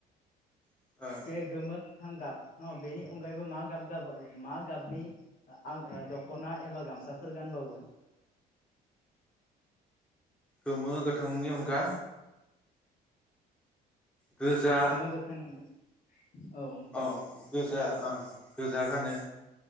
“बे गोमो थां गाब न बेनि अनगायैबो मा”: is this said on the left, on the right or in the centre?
Left